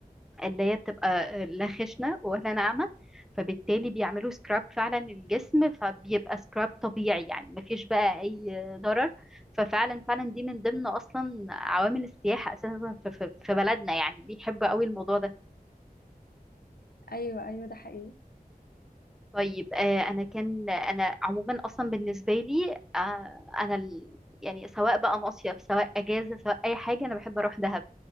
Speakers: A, in the centre; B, on the left.
A: اللي هي بتبقى آه، لا خشنة ولا ناعمة فبالتالي بيعملوا سكراب فعلا الجسم فبيبقى سكراب طبيعي يعني مفيش بقى اي ضرر ففعلا فعلا دي من ضمن اصلا عوامل السياحة اساسا في في- في بلدنا يعني بيحبوا قوي الموضوع ده
B: ايوه ايوه ده حقيقي
A: طيب آه، انا كان انا عموما اصلا بالنسبة لي آه، انا ال- يعني سواء بقى مصيف سواء اجازة سواء اي حاجة انا بحب اروح دهب